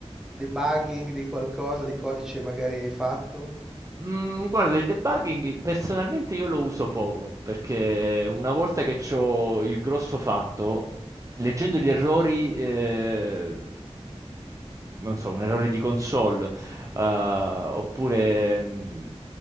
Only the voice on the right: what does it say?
Mm, guarda, il debugging personalmente io lo uso poco perché una volta che ho il grosso fatto, leggendo gli errori, eh, non so, un errore di console, eh, oppure mm,